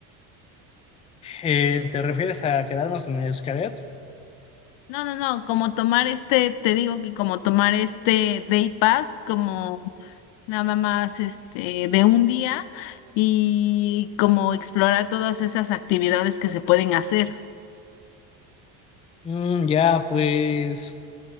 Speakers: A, on the left; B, on the left.
A: Eh, ¿te refieres a quedarnos en Xcaret?
B: No, no, no, como tomar este, te digo que como tomar este Day Pass, como nada más este de un día y como explorar todas esas actividades que se pueden hacer.
A: Mm, ya, pues...